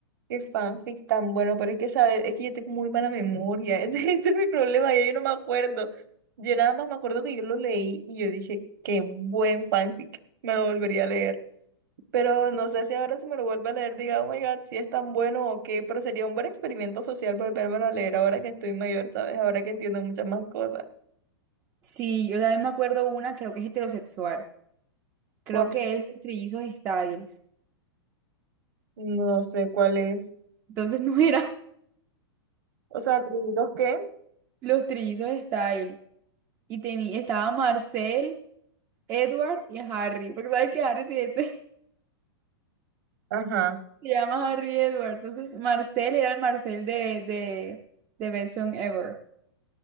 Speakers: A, on the right; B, on the right.
A: Qué fanfic tan bueno, pero es que, ¿sabes? Es que yo tengo muy mala memoria. <laughs> Ese, ese es mi problema, ya yo no me acuerdo. Yo nada más me acuerdo que yo lo leí y yo dije, qué buen fanfic, me lo volvería a leer. Pero no sé si ahora si me lo vuelvo a leer, diga, oh my God, si es tan bueno o qué, pero sería un buen experimento social volvérmelo a leer ahora que estoy mayor, ¿sabes? Ahora que entiendo muchas más cosas.
B: Sí, yo también me acuerdo una, creo que es heterosexual. Creo
A: ¿Cuál?
B: que es los trillizos Styles.
A: No sé cuál es.
B: Entonces no era
A: O sea, atributos que.
B: <laughs> los trillizos Styles. Y tenía, estaba Marcel, Edward y Harry. Porque sabes que Harry sí, ese, <laughs>
A: Ajá.
B: se llama Harry Edward. Entonces Marcel era el Marcel de, de, de Best Song Ever.